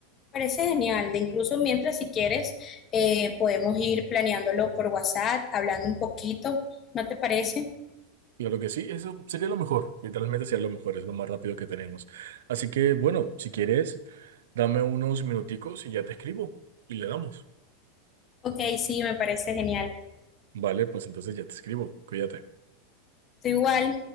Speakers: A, on the left (about 30°); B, on the right (about 80°).
A: Parece genial, de incluso mientras si quieres eh, podemos ir planeándolo por WhatsApp, hablando un poquito, ¿no te parece?
B: Claro que sí, eso sería lo mejor. Literalmente sería lo mejor, es lo más rápido que tenemos. Así que bueno, si quieres, dame unos minuticos y ya te escribo y le damos.
A: Ok, sí, me parece genial.
B: Vale, pues entonces ya te escribo. Cuídate.
A: Tú igual.